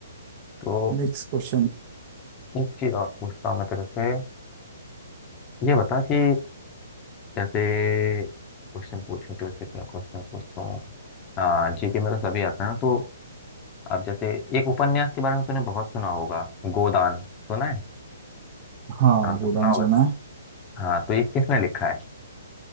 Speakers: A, on the left; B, on the right.
A: तो
B: मिक्स क्वेश्चन
A: एक चीज और पूछता हूँ मैं तेरे से ये बता कि जैसे क्वेश्चन पूछूं तेरे से क्या क्वेश्चन पूछूं हाँ जीके में तो सभी आते हैं ना तो अब जैसे एक उपन्यास के बारे में तूने बहुत सुना होगा गोदान सुना है
B: हाँ
A: नाम तो
B: गोदान
A: सुना होगा
B: सुना है
A: हाँ तो ये किसने लिखा है